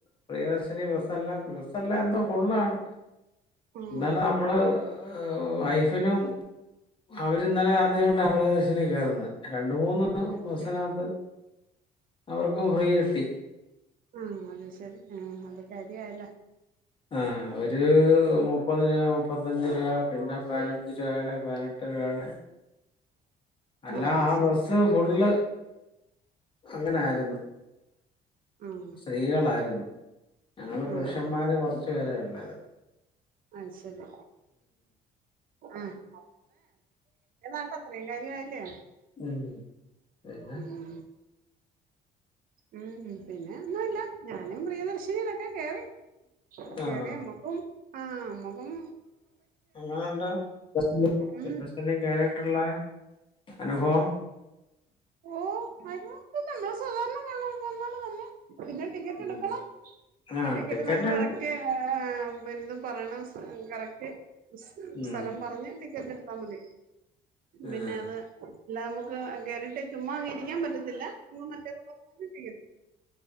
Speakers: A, on the left; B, on the right.
A: പ്രിയശ നി ബസല്ലാം വിസല്ലാം എന്തോ ഫുള്ളാണ്
B: ആഹ്
A: എന്നാല നമ്മള് വൈഫിനും അവര് ഇന്നലെ ആദ്യട്ട് അമലദർശിനി കയറുന്നത് രണ്ട രണ്ട് മൂന്ന്ബസ്
B: അത് ശരി
A: നകത്ത് അവർക്കും ഫ്രീ കിട്ടി
B: ആ അത് ശരി ആ അത് കാര്യയല്ലോ
A: ആ ഒരു മുപ്പത് രൂപ മുപ്പത്തഞ്ച് രൂപ പിന്നെ പതി അഞ്ച് രൂപയുടെ പതിനെട്ട് രൂപാടെ അല്ല
B: ആഹ് അത്
A: ആ
B: ശരി
A: ബസ്സ് ഫുള് അങ്ങനൊആയിരുന്നു
B: ആഹ്
A: സ്ത്രീകളായിരുന്നു ഞങ്ങള് പുരുഷന്മാര്
B: ആഹ്
A: കുറച്ചു പേരെ ഉള്ളായിരുന്നു
B: ആഹ് ശരി ആ <unintelligible> നാട്ട അത്രയും കാര്യആയില്ലേ
A: ഉം. പിന്നെ?
B: ഉം ഉം പിന്നെ ഒന്നുവില്ല ഞാനും പ്രിയദർശിനിയിലൊക്കെ കേറി കേറിയ
A: ആഹ്.
B: നമ്മക്കും ആ നമ്മക്കും
A: എങ്ങനെ ഉണ്ട്എക്സ്പീരിയൻസ് പ്രിയദർശിനി
B: ഉം
A: കേറിയിട്ടുള്ള അനുഭവം
B: ഓ <unintelligible> നമ്മള് സാദാരണ പോലെ തന്നെ <unintelligible> പിന്നെ ടിക്കറ്റ്
A: ഉം.
B: എടുക്കണം
A: ആഹ്
B: ടിക്കറ്റ് നമ്മൾ
A: എടുക്ക
B: കറക്റ്റ് എ അപ്പൊ ഇത് പറയണം കറക്റ്റ്
A: ഉം.
B: സ്ഥലം പറഞ്ഞ് ടിക്കറ്റ് എടുത്താ മതി
A: ആഹ്.
B: പിന്നെ അത് എല്ല നമുക്ക് കേറിട്ട് ചുമ്മാ അങ്ങ് ഇരിക്കാൻ പറ്റത്തില്ല നമ്മൾ മറ്റേത് പോലെ തന്നെ ചെയ്യണം